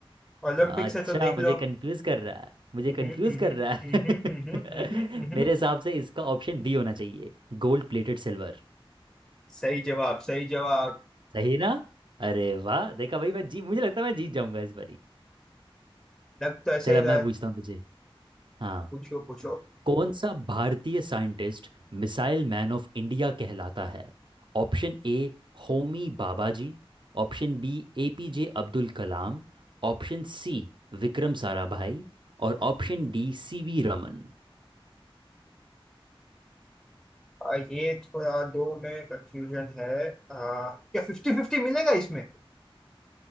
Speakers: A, in the centre; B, on the right.
A: ओलंपिक्स
B: अच्छा
A: है तो देख
B: मुझे
A: लो
B: कंफ्यूज कर रहा है मुझे
A: हम्म,
B: कंफ्यूज
A: हम्म,
B: कर रहा
A: हम्म,
B: है
A: हम्म, हम्म,
B: <laughs>
A: हम्म।
B: मेरे हिसाब से इसका ऑप्शन बी होना चाहिए गोल्ड प्लेटेड सिल्वर
A: सही जवाब सही जवाब
B: सही ना अरे वाह देखा भाई मैं जी मुझे लगता है मैं जीत जाऊंगा इस बारी
A: लग तो ऐसे
B: चलो
A: ही रहा
B: मैं
A: है
B: पूछता हूँ तुझे हाँ
A: पूछो पूछो
B: कौन सा भारतीय scientist missile man of India कहलाता है Option A Homi Babaji option B APJ Abdul Kalam option C Vikram Sarabhai और option D CV Raman
A: आ, ये थोड़ा दो में कंफ्यूजन है आ, क्या फिफ्टी फिफ्टी मिलेगा इसमें